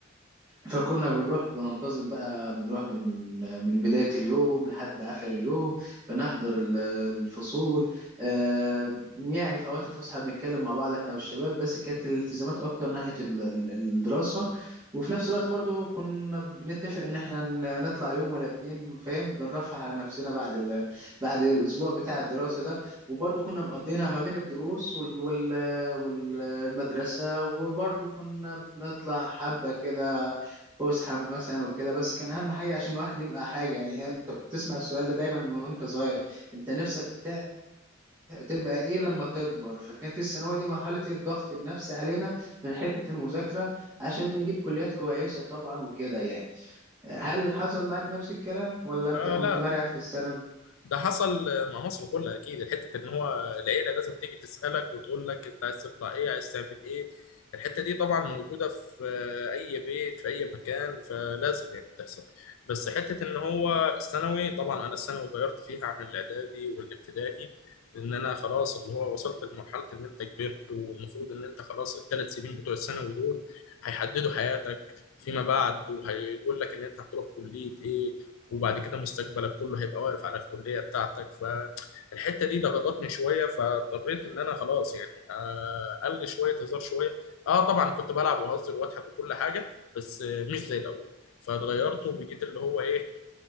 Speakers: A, on the right; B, on the left.
A: فكنا بنروح بننتظم بقى بنروح من من بداية اليوم لحد آخر اليوم بنحضر ال- الفصول آه، يعني في أوقات الفسحة بنتكلم مع بعض إحنا والشباب بس كانت الالتزامات أكتر ناحية ال- ال- الدراسة وفي نفس الوقت برضو كنا بنتفق إن إحنا ن- نطلع يوم ولا اتنين فاهم بنرفه على نفسنا بعد ال... بعد الأسبوع بتاع الدراسة ده وبرضو كنا مقضينها ما بين الدروس وال... وال... والمدرسة وبرضو كنا بنطلع حبة كده فسحه مثلا وكده بس كان اهم حاجه عشان الواحد يبقى حاجه يعني هي انت بتسمع السؤال ده دايما من وانت صغير انت نفسك ت- تبقى ايه لما تكبر فكانت الثانويه دي مرحله إيه؟ الضغط النفسي علينا من حته المذاكره عشان نجيب كليات كويسه طبعا وكده يعني هل حصل معاك نفس الكلام ولا انت
B: آه
A: كنت
B: لا
A: مرع في الثانوي
B: ده حصل مع مصر كلها اكيد الحته ان هو العيله لازم تيجي تسالك وتقول لك انت عايز تطلع ايه عايز تعمل ايه الحته دي طبعا موجوده في اي بيت في اي مكان فلازم يعني بتحصل بس حته ان هو الثانوي طبعا انا الثانوي غيرت فيها عن الاعدادي والابتدائي ان انا خلاص اللي هو وصلت لمرحله ان انت كبرت والمفروض ان انت خلاص الثلاث سنين بتوع الثانوي دول هيحددوا حياتك فيما بعد وهيقول لك ان انت هتروح كليه ايه وبعد كده مستقبلك كله هيبقى واقف على الكلية بتاعتك فالحتة دي ضغطتني شوية فاضطريت ان انا خلاص يعني آه، الغي شوية هزار شوية اه طبعا كنت بلعب وهزر واضحك وكل حاجة بس آه، مش زي الاول فاتغيرت وبقيت اللي هو ايه